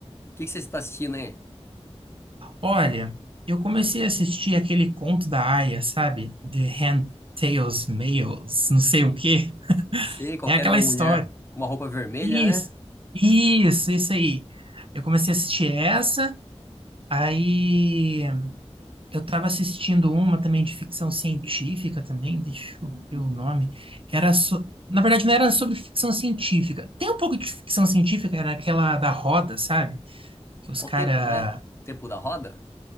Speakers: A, on the left; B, on the right.
A: que que você está assistindo aí?
B: Olha, eu comecei a assistir aquele conto da Aya, sabe? The Hand Tales, Males, não sei o quê.
A: Não sei, qualquer
B: É aquela
A: de uma
B: história.
A: mulher com uma roupa vermelha,
B: Isso,
A: né?
B: isso, isso aí. Eu comecei a assistir essa, aí eu tava assistindo uma também de ficção científica também, deixa eu ver o nome. Era so... Na verdade, não era sobre ficção científica. Tem um pouco de ficção científica, era aquela da roda, sabe? Que os
A: Ao
B: caras.
A: tempo, né? Tempo da roda?